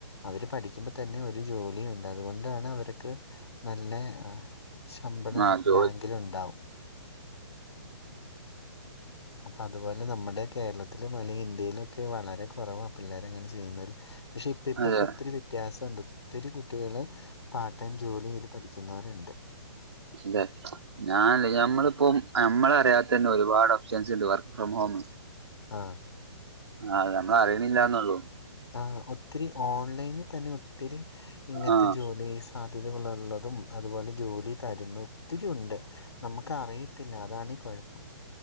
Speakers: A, on the left (about 75°); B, on the right (about 70°).
A: അവര് പഠിക്കുമ്പ തന്നെ ഒരു ജോലിയുണ്ട് അതുകൊണ്ടാണ് അവർക്ക് നല്ല ശമ്പളം
B: ആഹ് ജോ
A: ബാങ്കിലുണ്ടാവും. അപ്പൊ അതുപോലെ നമ്മുടെ കേരളത്തിലും അല്ലെങ്കിൽ ഇന്ത്യയിലും ഒക്കെ വളരെ കുറവാ പിള്ളേര് അങ്ങനെ ചെയ്യുന്നതിൽ പക്ഷെ ഇപ്പ ഇപ്പൊ
B: അതെ
A: ഒക്കെ ഒത്തിരി വ്യത്യാസൊണ്ട് ഒത്തിരി കുട്ടികള് പാർട്ട് ടൈം ജോലി ചെയ്ത് പഠിക്കുന്നവരുണ്ട്.
B: <unintelligible> ഞാൻ ഞമ്മളിപ്പം നമ്മളറിയാത്ത തന്നെ ഒരുപാട് ഓപ്ഷൻസ് ഉണ്ട് വർക്ക് ഫ്രം ഹോം.
A: ആഹ്
B: ആഹ് നമ്മൾ അറിയണില്ലാന്നൊള്ളൂ.
A: ആഹ് ഒത്തിരി ഓൺലൈനിൽ തന്നെ ഒത്തിരി ഇങ്ങനത്തെ
B: ആഹ്
A: ജോലീസ് സാധ്യതകളുള്ളതും അതുപോലെ ജോലി തരുന്നും ഒത്തിരിയുണ്ട്. നമുക്ക് അറിയത്തില്ല അതാണീ കുഴപ്പം.